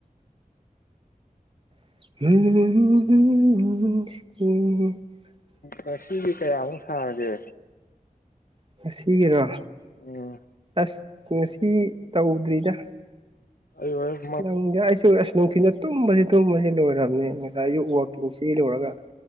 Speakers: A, on the right; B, on the left.
A: ꯃꯤꯀꯣ
B: ꯉꯁꯤꯗꯤ ꯀꯌꯥꯃꯨꯛ ꯁꯥꯔꯒꯦ
A: ꯉꯁꯤꯒꯤꯔꯣ
B: ꯎꯝ
A: ꯑꯁ ꯉꯁꯤ ꯇꯧꯗ꯭ꯔꯤꯗ
B: ꯑꯩ ꯍꯣꯔꯦꯟ
A: ꯅꯪ ꯌꯥꯁꯨꯁ ꯅꯅꯨꯡꯊꯅ ꯑꯗꯨꯕꯁꯤ ꯂꯣꯏꯔꯕꯅꯦ ꯉꯁꯥꯏ ꯑꯛ ꯋꯥꯛꯀꯤꯡꯁꯤ ꯂꯣꯏꯔꯒ